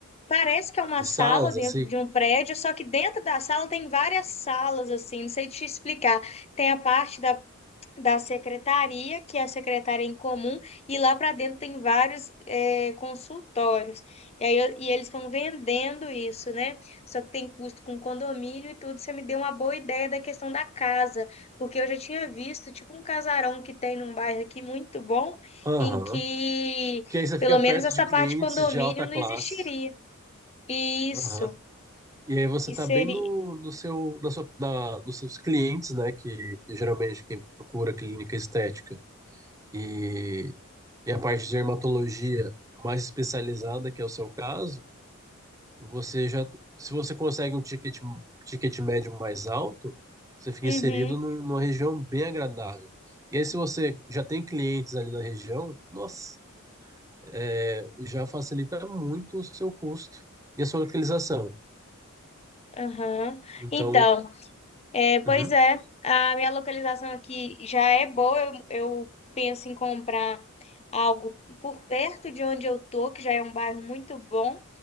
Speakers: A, on the left; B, on the right.
A: parece que é uma
B: De
A: sala
B: salas,
A: dentro
B: assim?
A: de um prédio, só que dentro da sala tem várias salas, assim, não sei te explicar. Tem a parte da da secretaria, que é a secretária em comum, e lá para dentro tem vários eh, consultórios. E aí, eu- e eles estão vendendo isso, né? Só que tem custo com condomínio e tudo. Você me deu uma boa ideia da questão da casa, porque eu já tinha visto, tipo, um casarão que tem num bairro aqui muito bom,
B: Aham.
A: em que
B: Que aí você
A: pelo
B: fica perto
A: menos essa
B: de clientes
A: parte de condomínio
B: de alta
A: não
B: classe.
A: existiria. Isso.
B: Aham. E aí você
A: E seria.
B: tá bem no, no seu, na sua, na, nos seus clientes, né? Que, que geralmente quem procura clínica estética e, e a parte de dermatologia mais especializada, que é o seu caso, você já, se você consegue um ticket, ticket médio mais alto, você fica
A: Uhum,
B: inserido num- numa região bem agradável. E aí, se você já tem clientes ali na região, nossa, é, já facilita muito o seu custo e a sua localização.
A: aham.
B: Então,
A: Então. É, pois
B: uhum,
A: é, a minha localização aqui já é boa. Eu, eu penso em comprar algo por perto de onde eu tô, que já é um bairro muito bom.